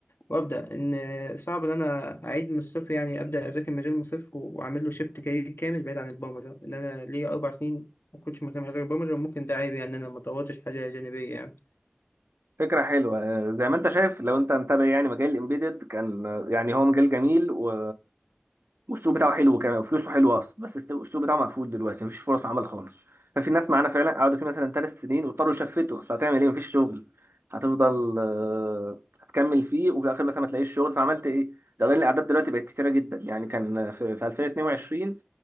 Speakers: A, on the left; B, on the right.
A: وابدا ان صعب ان انا اعيد من الصفر يعني ابدا اذاكر مجال من الصفر و- واعمل له شيفت كارير كامل بعيد عن البرمجه ان انا ليا اربع سنين ما كنتش مهتم بحاجه غير البرمجه وممكن ده عيب يعني ان انا ما طورتش حاجه جانبيه يعني
B: فكرة حلوة آه، زي ما انت شايف لو انت متابع يعني مجال الامبيدد كان آه، يعني هو مجال جميل و والسوق بتاعه حلو كمان وفلوسه حلوه اصلا بس الس- السوق بتاعه مقفول دلوقتي مفيش فرص عمل خالص ففي ناس معانا فعلا قعدوا فيه مثلا ثلاث سنين واضطروا يشفتوا اصل هتعمل ايه مفيش شغل هتفضل آه، هتكمل فيه وفي الاخر مثلا ما تلاقيش شغل فعملت ايه ده غير الاعداد دلوقتي بقت كتيره جدا يعني كان في في 2022